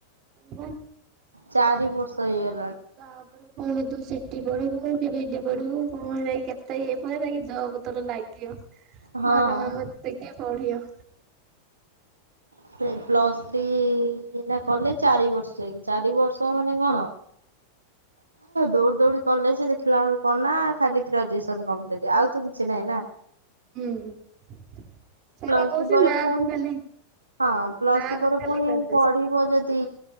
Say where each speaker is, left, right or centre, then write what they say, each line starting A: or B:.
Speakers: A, on the right (about 35°); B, on the right (about 80°).
A: ହଁ ପା।
B: ଚାରି ବର୍ଷ ହେଇଗଲା।
A: ତାପରେ ପୁଣି ତ ସି ଟି ପଢିବୁ କି ବି ଡି ପଢିବୁ କଣ ଯାଇ କେତେ ଇଏ ପାଇି ଜବ ତୋର ନାଗିବ।
B: ହଁ
A: ଭଲ ମାମୁଁ ଏତେ କିଏ ପଢିବ।
B: ସେ ପ୍ଲସ୍ ଥ୍ରୀ ନା କଲେ ଚାରି ବର୍ଷ ଯାଇକି ଚାରି ବର୍ଷ ମାନେ କଣ ଦୌଡି ଦୌଡି କଲେ ଦେଖିଲା ବେଳକୁ କନା ଖାଲି ଗ୍ରାଜୁଏସନ କମ୍ପ୍ଲିଟ ଆଉ ତ କିଛି ନାହିଁ ନାହିଁ ନା।
A: ହୁଁ ସେଇ
B: ପ୍ଲସ୍
A: ପା
B: ଥ୍ରୀ
A: କୋହୁଚି
B: ପରେ
A: ନା
B: ପୁଣି
A: କୁ ଖାଲି
B: ହଁ ପ୍ଲସ୍
A: ନାଁ
B: ଥ୍ରୀ ପରେ
A: କୁ ଖାଲି
B: ପୁଣି
A: ଗ୍ରାଜୁଏସନ।
B: ପଢିବ ଯଦି